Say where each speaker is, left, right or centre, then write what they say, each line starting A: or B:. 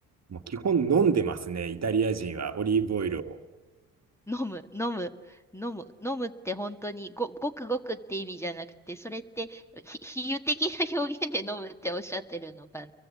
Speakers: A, on the right; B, in the centre.
A: もう基本飲んでますね、イタリア人はオリーブオイルを。
B: 飲む、飲む、飲む、飲むって本当にご、ごくごくって意味じゃなくて、それってひ比喩的な表現で飲むっておっしゃってるのか